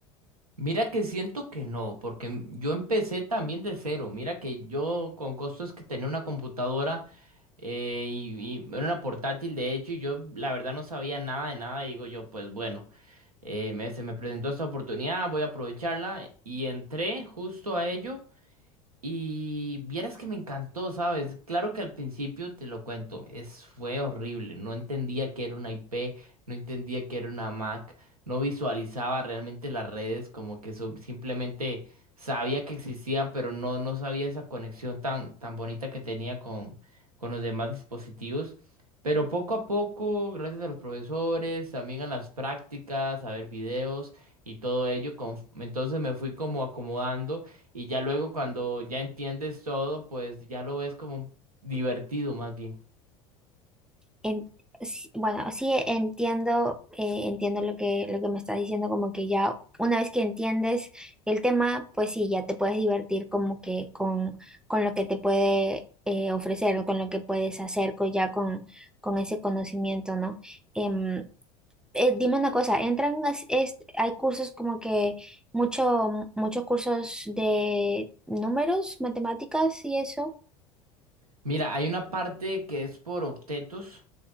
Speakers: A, on the right; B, in the centre.
A: Mira que siento que no, porque m- yo empecé también de cero. Mira que yo con costos que tenía una computadora eh, y, y era una portátil de hecho y yo la verdad no sabía nada de nada. y digo yo, pues bueno, eh, me- se me presentó esta oportunidad, voy a aprovecharla y entré justo a ello. Y vieras que me encantó, ¿sabes? Claro que al principio te lo cuento, es, fue horrible. No entendía que era una IP, no entendía que era una Mac, no visualizaba realmente las redes, como que so- simplemente sabía que existían, pero no, no sabía esa conexión tan, tan bonita que tenía con, con los demás dispositivos. Pero poco a poco, gracias a los profesores, también a las prácticas, a ver videos y todo ello, con- entonces me fui como acomodando. Y ya luego cuando ya entiendes todo, pues ya lo ves como divertido más bien.
B: En- sí, bueno, sí entiendo, eh, entiendo lo que, lo que me estás diciendo, como que ya una vez que entiendes el tema, pues sí, ya te puedes divertir como que con, con lo que te puede eh, ofrecer o con lo que puedes hacer co- ya con, con ese conocimiento, ¿no? Em, eh, dime una cosa, entran, as- es- hay cursos como que mucho, muchos cursos de números, matemáticas y eso,
A: Mira, hay una parte que es por octetos,